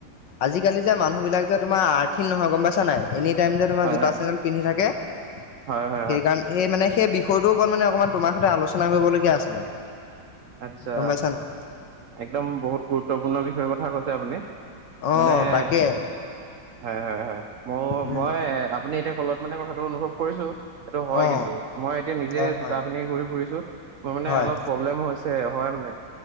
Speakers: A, on the left; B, on the right.
A: আজিকালি যে মানুহ বিলাক যে তোমাৰ আৰ্থিন নহয় গম পাইছা নাই। এনি টাইম যে তোমাৰ
B: হয়
A: জোতা
B: হয়
A: চেণ্ডেল পিন্ধি থাকে সেইকাৰণে
B: হয় হয় হয়
A: এই মানে সেই বিষয়টোৰ ওপৰত মানে অকণমান তোমাৰ সৈতে আলোচনা কৰিবলগীয়া আছিলে।
B: আচ্ছা
A: গম পাইছা নাই
B: একদম বহুত গুৰুত্বপূৰ্ণ বিষয়ৰ কথা কৈছে আপুনি
A: অ
B: মানে
A: তাকে
B: হয় হয় হয় মই
A: উম,
B: মই আপুনি এতিয়া কলত মানে কথাটো অনুভৱ কৰিছো সেইটো হয়
A: অ',
B: কিন্তু মই এতিয়া নিজে
A: হয়
B: জোটা
A: হয়
B: পিন্ধি ঘূৰি ফুৰিছো মোৰ মানে
A: হয়
B: অলপ প্ৰব্লেম হৈছে হয় মানে।